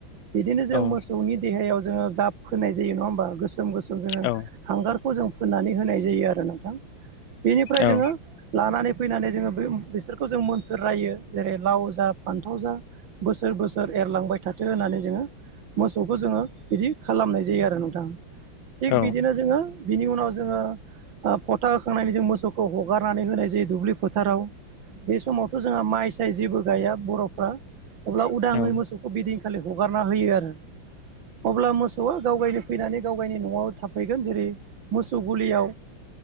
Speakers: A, on the right (about 65°); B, on the left (about 75°).
A: बिदिनो जों
B: औ
A: मोसौनि देहायाव जोङो गाब होनाय जायो नङा होमबा गोसोम गोसोम जोङो
B: औ
A: हांगारखौ जों फोननानै होनाय जायो आरो नोंथां बेनिफ्राय
B: औ
A: जोङो लानानै फैनानै जोङो बे बिसोरखौ जों मोन्थोर रायो जेरै लाव जा फान्थाव जा बोसोर बोसोर एरलांबाय थाथों होननानै जोङो मोसौखौ जोङो बिदि खालामनाय जायो आरो नोंथां। थिग
B: औ
A: बिदिनो जोङो बिनि उनाव जोङो खुथा होखांनायनि जों मोसौखौ हगारनानै होनाय जायो दुब्लि फोथाराव बे समावथ' जोंहा माइ साय जेबो गया बर'फ्रा अब्ला उदाङै
B: औ
A: मोसौ
B: औ
A: बिदिंखालि हगारना होयो आरो। अब्ला मोसौआ गाव गायनो फैनानै गाव गायनि न'आव थाफैगोन जेरै मोसौ गलियाव